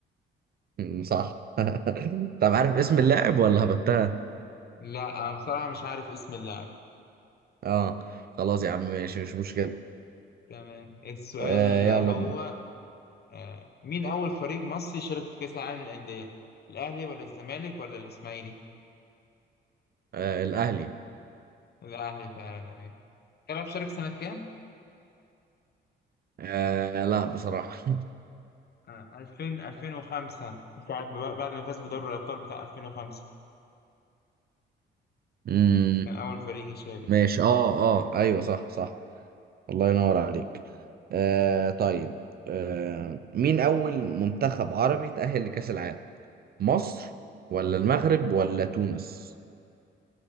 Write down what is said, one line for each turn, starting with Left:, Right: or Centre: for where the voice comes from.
Right: م- صح <laughs> طب عارف
Left: آه،
Right: اسم
Left: عيب
Right: اللاعب
Left: عليك
Right: ولا
Left: يعني.
Right: هبتها
Left: لا أنا بصراحة مش عارف اسم اللاعب
Right: اه خلاص يا عم ماشي مش مشكلة
Left: تمام السؤال
Right: آه يلا
Left: هو
Right: بينا
Left: آه مين أول فريق مصري شارك في كأس العالم للأندية الأهلي ولا الزمالك ولا الإسماعيلي
Right: آه الأهلي
Left: الأهلي فعلا أيوة تعرف شارك سنة كام؟
Right: آه لا بصراحة
Left: آه، 2000 2005 بعد بعد ما فاز بدوري الأبطال بتاع 2005
Right: <laughs> مم،
Left: كان أول فريق يشارك
Right: ماشي اه اه ايوه صح صح الله ينور عليك آه طيب آه مين أول منتخب عربي تأهل لكأس العالم مصر ولا المغرب ولا تونس